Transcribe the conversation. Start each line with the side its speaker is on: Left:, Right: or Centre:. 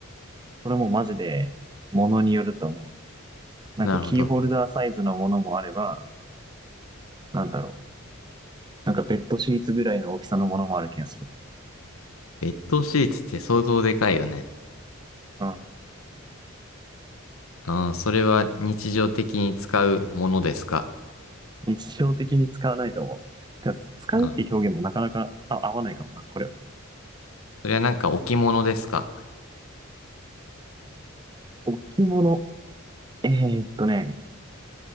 Right: これもマジで、ものによると思う。なんかキーホルダーサイズのものもあれば、
Left: なるほど。
Right: なんだろう。なんかベッドシーツぐらいの大きさのものもある気がする。
Left: ベッドシーツって相当でかいよね。
Right: うん。
Left: ああ、それは日常的に使うものですか
Right: 日常的に使わないと思う。だから使うっていう表現もなかなかあ合わないかもな。
Left: ああ、
Right: これ、
Left: それはなんか置物ですか
Right: 置物。えーっとね、